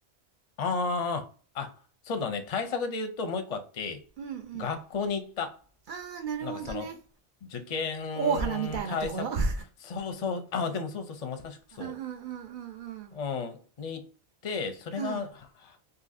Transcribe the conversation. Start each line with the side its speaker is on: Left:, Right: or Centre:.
Left: ああ、あ、そうだね。対策で言うともう一個あって、
Right: うんうん
Left: 学校に行った。
Right: ああなるほどね
Left: なんかその、受験対策、
Right: 大原みたいなところ <laughs>
Left: そうそう、あ、でもそうそうそう、まさしくそう。
Right: うんうんうんうん
Left: うん。に行って、それがは
Right: うんうん